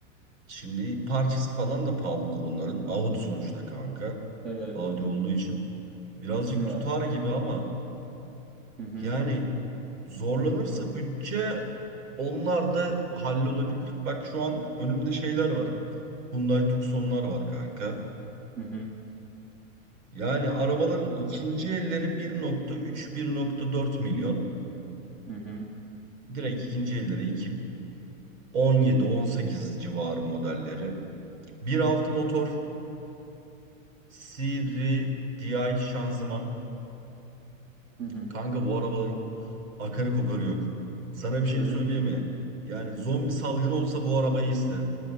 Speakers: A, on the right; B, on the right.
A: Şimdi parçası falan da pahalıdır onların. Audi sonuçta kanka.
B: Evet
A: Audi olduğu için. Birazcık
B: ismi
A: tutar
B: var.
A: gibi ama
B: Hı hı
A: yani zorlanırsa bütçe onlar da hallolabilir. Bak şu an önümde şeyler var. Hyundai Tucson'lar var kanka.
B: hı hı
A: Yani arabaların ikinci elleri 1.3-1.4 milyon.
B: hı hı.
A: Direkt ikinci elleri 17-18 civarı modelleri. 1.6 motor, Siri DI şanzıman.
B: hı hı.
A: Kanka bu arabaların akarı kokarı yok. Sana bir şey
B: Öyle
A: söyleyeyim
B: mi?
A: mi? Yani zombi salgını olsa bu arabayı isterim.